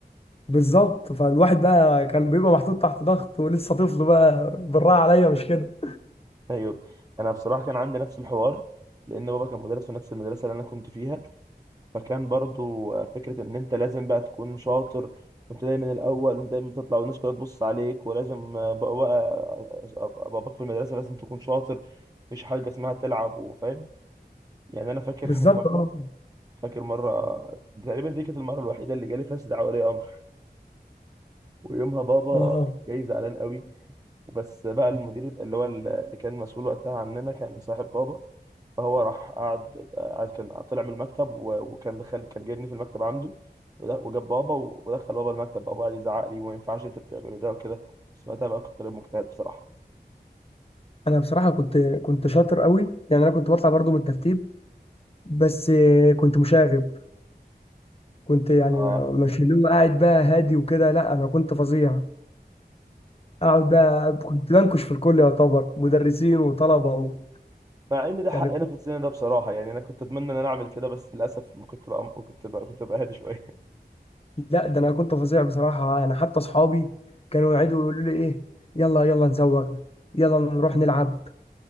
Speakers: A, on the left; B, on the right.
A: بالظبط فالواحد بقى كان بيبقى محطوط تحت ضغط ولسه طفل بقى بالراحه عليا مش كده
B: ايوه انا بصراحه كان عندي نفس الحوار لان بابا كان مدرس في نفس المدرسه اللي انا كنت فيها فكان برضو آه، فكرة إن أنت لازم بقى تكون شاطر كنت دايما الأول وأنت دايما تطلع والناس كلها تبص عليك ولازم آه، بقى بقى- أبقى باباك في المدرسة لازم تكون شاطر مفيش حاجة اسمها تلعب وفاهم يعني أنا فاكر
A: بالظبط
B: <laughs> مرة
A: اه
B: فاكر مرة تقريبا دي كانت المرة الوحيدة اللي جالي فيها استدعاء ولي أمر ويومها بابا
A: اه
B: جاي زعلان قوي بس بقى المدير اللي هو اللي كان مسؤول وقتها عننا كان صاحب بابا فهو راح قعد قعد كان طلع من المكتب و- وكان دخل كان جايبني في المكتب عنده ود- وجاب بابا و- ودخل بابا المكتب بابا قعد يزعق لي وما ينفعش انت بتعمله ده وكده بس وقتها بقى كنت طالب مجتهد بصراحه
A: انا بصراحه كنت كنت شاطر قوي يعني انا كنت بطلع برضو من الترتيب بس آه، كنت مشاغب كنت يعني
B: اه
A: مش اللي هو قاعد بقى هادي وكده لا انا كنت فظيع اقعد بقى كنت بنكش في الكل يعتبر مدرسين وطلبه و...
B: مع ان ده حقنا
A: يعني كنت...
B: في السن ده بصراحه يعني انا كنت اتمنى ان انا اعمل كده بس للاسف ما كنت بقى كنت بقى كنت بقى هادي شويه <laughs>
A: لا ده انا كنت فظيع بصراحه يعني حتى اصحابي كانوا يقعدوا يقولوا لي ايه يلا يلا نزوغ يلا نروح نلعب